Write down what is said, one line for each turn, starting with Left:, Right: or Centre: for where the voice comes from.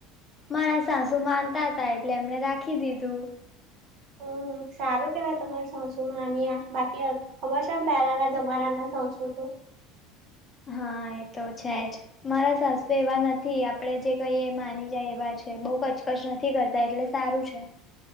Left: મારા સાસુ માનતા હતાા એટલે એમને રાખી દીધું
Right: હ સારું કેવાય તમારી સાસુંમાંની બાકી ખબર છે પેલા ના જમારા ના સાસુ તો
Left: હા એ તો છે જ મારા સાસુ એવા નથી આપડે જે કહીએ માની જાય એવા જ બહ કચકચ નથી કરતા એટલે સારું છે